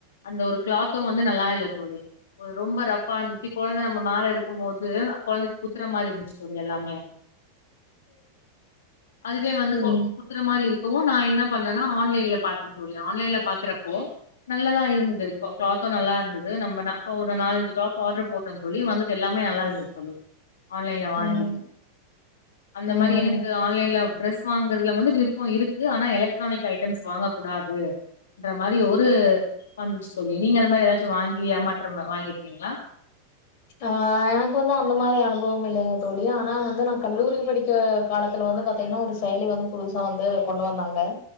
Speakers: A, on the left; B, on the left.
A: அந்த ஒரு கிளாத் த்து வந்து நல்லா இல்ல தோழி ஒரு ரொம்ப ரஃப்பா இருந்துச்சு கொழந்தை நம்ம மேல இருக்கும் போது கொழந்தைக்கு குத்துற மாரி இருந்துச்சு தோழி எல்லாமே அதுவே வந்து
B: ம்
A: கோ குத்துற மாரி இருக்கவு நா என்ன பண்ணனா ஆன்லைன்ல பாத்தே தோழி ஆன்லைன்ல பாக்குறப்போ நல்லதா இருந்தது கிளாத்தும் நல்லா இருந்தது நம்ப நா ஒரு நாலஞ்சு டாப் ஆடரு போட் டோ தோழி வந்தது எல்லாமே நல்லா இருந்துது தோழி ஆன்லைன்ல
B: ம்
A: வாங்கி அந்த
B: ம்
A: மாரி எனக்கு ஆன் ஆன்லைன்ல டிரெஸ் வாங்கறதுல வந்து விருப்போ இருக்கு ஆனா எலக் ட்ரானிக் ஐட்டம்ஸ் வாங்க கூடாது இன்ற மாரி ஒரு வந்துடுச்சு தோழி நீங்க அந்த மாரி ஏதாச்சு வாங்கி ஏமாற்றம் வாங்கிருப்பீங்களா
B: ஆ எனக்கு வந்து அந்த மாரி அனுபவம் இல்லீங்க தோழி ஆனா வந்து நா கல்லூரி படிக்க காலத்துல வந்து பாத்தீங்கன்னா ஒரு ஸ் செயலி வந்து புதுசா வந்து கொண்டு வந்தாங்க